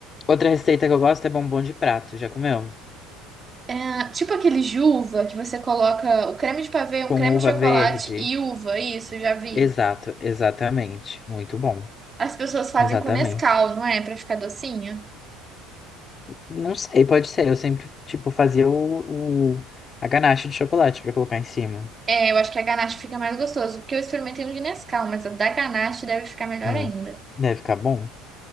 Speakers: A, on the left (about 30°); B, on the right (about 25°).
A: Outra receita que eu gosto é bombom de prato. Já comeu?
B: É, tipo aquele de uva que você coloca o creme de pavê, um
A: Com
B: creme
A: uva
B: de chocolate
A: verde.
B: e uva, isso, já vi.
A: Exato, exatamente. Muito bom.
B: As pessoas fazem
A: Exatamente.
B: com Nescau, não é? Pra ficar docinho.
A: Não sei, pode ser. Eu sempre, tipo, fazia o, o- a ganache de chocolate pra colocar em cima.
B: É, eu acho que a ganache fica mais gostoso, porque eu experimentei um de Nescau, mas a da ganache deve ficar melhor
A: Hum,
B: ainda.
A: deve ficar bom.